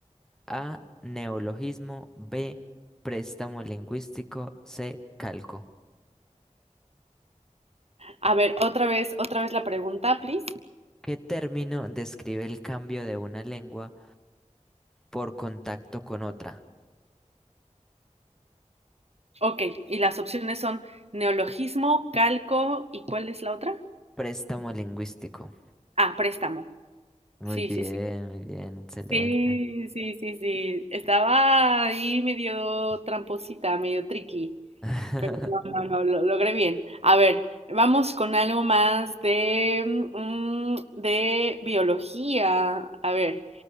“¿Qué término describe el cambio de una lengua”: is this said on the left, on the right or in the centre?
Centre